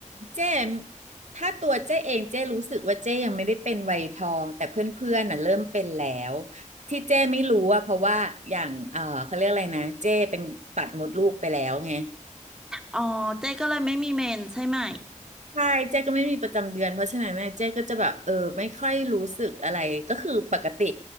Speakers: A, on the right; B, in the centre.
A: เจ้ถ้าตัวเจ้เองเจ้รู้สึกว่าเจ้ยังไม่ได้เป็นวัยทองแต่เพื่อนๆน่ะเริ่มเป็นแล้วที่เจ้ไม่รู้อะเพราะว่าอย่างเออเขาเรียกอะไรนะเจ้เป็นตัดมดลูกไปแล้วไง
B: อ๋อเจ๊ก็เลยไม่มีเมนใช่ไหม
A: ใช่เจ้ก็ไม่มีประจำเดือนเพราะฉะนั้นเน่ยเจ๊ก็จะแบบเออไม่ค่อยรู้สึกอะไรก็คือปกติ